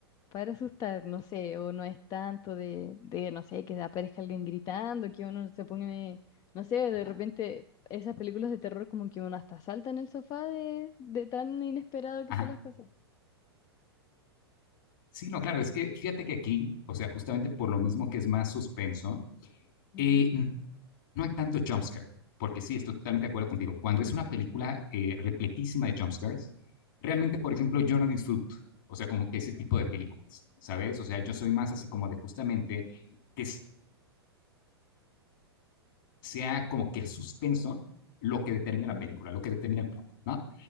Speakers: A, on the left (about 25°); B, on the left (about 50°).
A: para asustar, no sé, o no es tanto de, de, no sé, que aparezca alguien gritando, que uno se pone, no sé, de
B: ajá,
A: repente esas películas de terror como que uno hasta salta en el sofá de, de tan inesperado que
B: ajá.
A: son las cosas.
B: Sí, no, claro, es que fíjate que aquí, o sea, justamente por lo mismo que es más suspenso,
A: Ujú.
B: eh, no hay tanto jumpscare, porque sí, estoy totalmente de acuerdo contigo. Cuando es una película eh, repletísima de jumpscares, realmente, por ejemplo, yo no disfruto, o sea, como que ese tipo
A: Ujú.
B: de películas, ¿sabes? O sea, yo soy más así como de justamente que sea como que el suspenso lo que determina
A: Sí.
B: la película, lo que determina el plot, ¿no?